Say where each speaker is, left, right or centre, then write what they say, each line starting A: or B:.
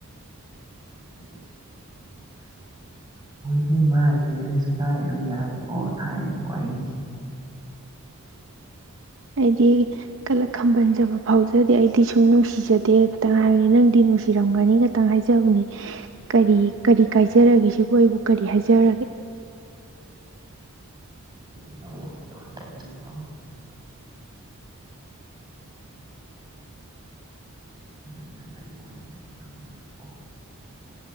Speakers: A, on the right; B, on the right.
A: ꯑ ꯗꯤꯃ ꯂꯤꯁ ꯀꯥꯏꯗꯣ ꯌꯥꯔꯦꯀꯣ ꯊꯥꯏꯅꯒꯤ ꯋꯥꯔꯤꯅꯤ
B: ꯍꯥꯏꯗꯤ ꯀꯂ ꯈꯝꯕꯟꯖꯕ ꯐꯥꯎꯖꯗꯦ ꯑꯩꯗꯤ ꯁꯨꯝ ꯅꯨꯡꯁꯤꯖꯗꯦ ꯈꯤꯇꯪ ꯍꯥꯏꯕꯅꯤ ꯅꯪꯗꯤ ꯅꯨꯡꯁꯤꯔꯝꯒꯅꯤꯒ ꯈꯤꯇꯪ ꯍꯥꯏꯖꯕꯅꯤ ꯀꯔꯤ ꯀꯔꯤ ꯀꯥꯏꯖꯔꯒꯦ ꯁꯤꯕꯨ ꯑꯩꯕꯨ ꯀꯔꯤ ꯍꯥꯏꯖꯔꯒꯦ
A: ꯏꯅꯣ ꯏꯅꯣ ꯅꯪꯗꯅ ꯑꯩꯉꯣꯟꯗꯒ ꯌꯦꯡꯉꯝꯗꯣꯏꯗꯣ ꯑꯣꯍꯣ